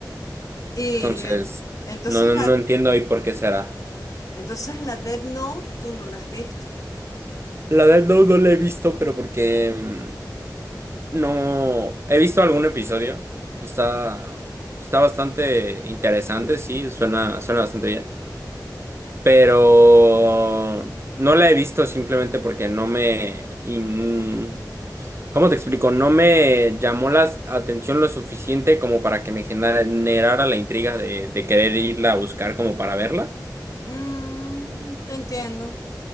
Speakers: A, on the left; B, on the right.
A: Y
B: Entonces,
A: en- entonces
B: no, no
A: la,
B: no entiendo ahí por qué será.
A: entonces la Death Note tú no la has visto.
B: La del no, no la he visto, pero porque mm, No, he visto algún episodio. Está, está bastante interesante, sí, suena, suena bastante bien. Pero no la he visto simplemente porque no me... in- ¿cómo te explico? No me llamó la atención lo suficiente como para que me generara la intriga de, de querer irla a buscar como para verla.
A: Mm, te entiendo.